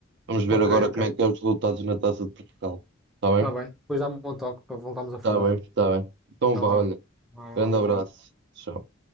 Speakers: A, on the right; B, in the centre.
A: Vamos ver
B: Ok,
A: agora
B: ok.
A: como é que é os resultados na Taça de Portugal. Está
B: Está
A: bem?
B: bem. Depois dá-me um toque para voltarmos a
A: Está
B: falar.
A: bem, está bem. Então
B: Até
A: vá,
B: lá.
A: olha.
B: Ah,
A: Grande
B: um
A: abraço.
B: abraço.
A: Tchau.